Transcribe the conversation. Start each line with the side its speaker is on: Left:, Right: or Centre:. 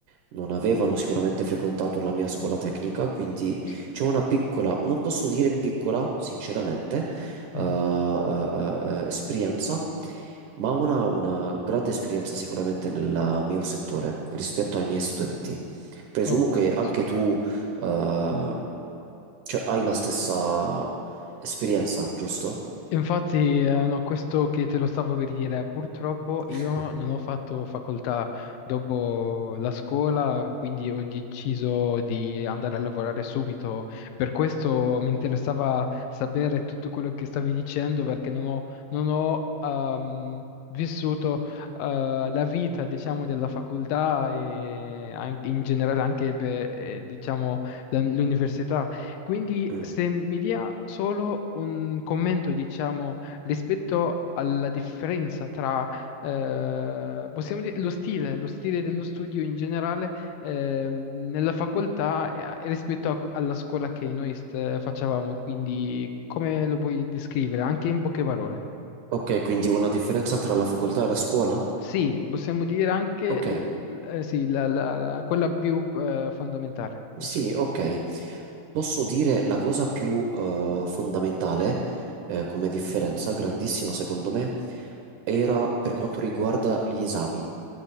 Right: non avevano sicuramente frequentato la mia scuola tecnica, quindi
Left: Sì.
Right: c'è una piccola, non posso dire piccola, sinceramente,
Left: mhm,
Right: eh, eh, eh, eh, esperienza ma ho una ha una grande esperienza sicuramente nel mio settore rispetto ai miei studenti. Presumo
Left: Ho
Right: che
Left: capito.
Right: anche tu ehm, cioè, hai la stessa esperienza, giusto?
Left: Infatti, eh, no, questo che te lo stavo per dire, purtroppo
Right: <laughs>
Left: io non ho fatto facoltà dopo la scuola, quindi ho deciso di andare a lavorare subito. Per questo mi interessava sapere tutto quello che stavi dicendo, perché non ho, non ho, ehm, vissuto, eh, la vita, diciamo, della facoltà e anche- in generale anche, beh, eh, diciamo, la- l'università. Quindi
Right: Mm.
Left: se mi dia solo un commento, diciamo, rispetto alla differenza tra, eh, possiamo dire, lo stile, lo stile dello studio in generale, ehm, nella facoltà e e rispetto a- alla scuola che noi st- facevamo, quindi come lo puoi descrivere, anche in poche parole?
Right: Ok, quindi una differenza tra la facoltà e la scuola?
Left: Sì, possiamo dire anche,
Right: Ok.
Left: l- l- eh, sì, la- la- la- quella più, eh, fondamentale, diciamo.
Right: Sì, ok. Posso dire la cosa più eh, fondamentale eh, come differenza, grandissima secondo me, era per quanto riguarda gli esami.